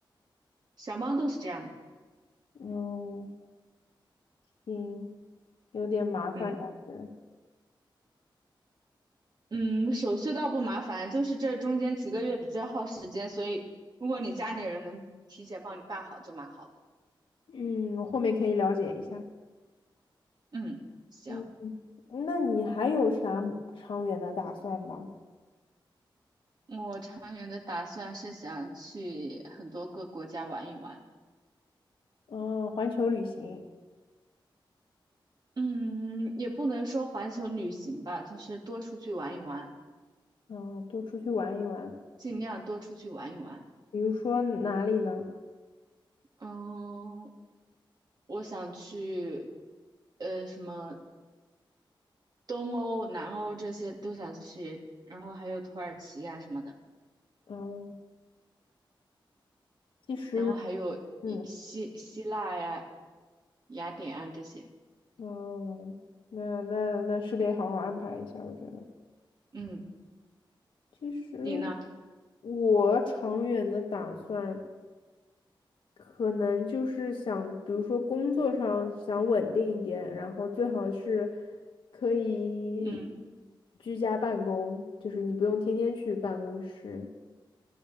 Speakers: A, on the right (about 55°); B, on the left (about 80°).
A: 小猫都是这样的。
B: 哦嗯，行，有点麻烦感觉。
A: 嗯嗯，手续倒不麻烦，就是这中间几个月比较耗时间，所以如果你家里人能提前帮你办好就蛮好的。
B: 嗯，我后面可以了解一下。
A: 嗯，行。
B: 嗯，那你还有啥长远的打算吗？
A: 我长远的打算是想去很多个国家玩一玩，
B: 嗯，环球旅行，
A: 嗯，也不能说环球旅行吧，就是多出去玩一玩，
B: 嗯，多出去玩一玩。
A: 尽量多出去玩一玩。
B: 比如说哪里呢？
A: 嗯，我想去，呃，什么东欧、南欧这些都想去，然后还有土耳其呀、什么的，
B: 嗯，其实，
A: 然后还有一希希腊呀、
B: 嗯，
A: 雅典啊这些。
B: 嗯，那那那是得好好安排一下，我觉得。
A: 嗯，
B: 其实
A: 你呢？
B: 我长远的打算。可能就是想，比如说工作上想稳定一点，然后最好是可以
A: 嗯
B: 居家办公，就是你不用天天去办公室，